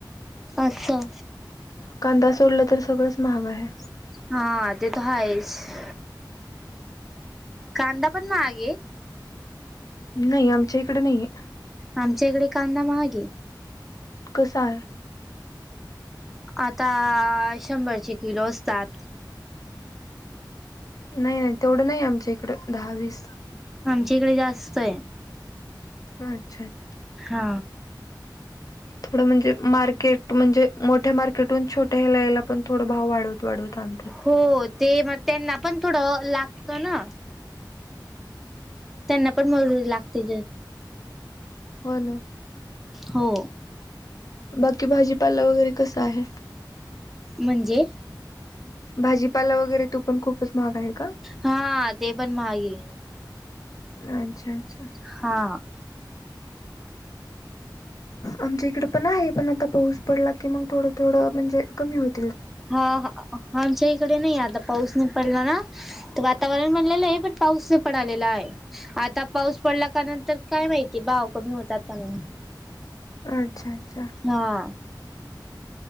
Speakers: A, in the centre; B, on the left.
A: असचं
B: कांदा सोडला तर सगळंच महाग आहे
A: हा ते तर हायच कांदा पण महाग आहे
B: नाही आमच्या इकडे नाही
A: आमच्या इकडे कांदा महागे
B: कसय
A: आता शंभरचे किलो असतात
B: नाही नाही तेवढं नाही आमच्या इकडं दहावीस
A: कडे जास्त आहे
B: अच्छा अच्छा
A: हा
B: थोडं म्हणजे मार्केट म्हणजे मोठ्या मार्केटून छोट्या हे यायला पण थोड भाव वाढवत वाढवत आणतात.
A: हो ते मग त्यांना पण थोडं लागत ना त्यांना पण मजुरी लागते
B: हो ना
A: हो
B: बाकी भाजीपाला वगैरे कसा आहे
A: म्हणजे
B: भाजीपाला वगैरे तो पण खूपच महाग आहे का
A: हा ते पण महाग आहे.
B: अच्छा अच्छा.
A: हा.
B: आमच्या इकडे पण आहे पण आता पाऊस पडला की मग थोडं थोडं म्हणजे कमी होत.
A: हा आमच्या इकडे नाही आता पाऊस नाही पडला ना. वातावरण बनलेलं आहे पण पाऊस नाही पडालेला आहे आता पाऊस पडला का नंतर काय- माहिती भाव कमी होतात का नाही.
B: अच्छा अच्छा.
A: हा.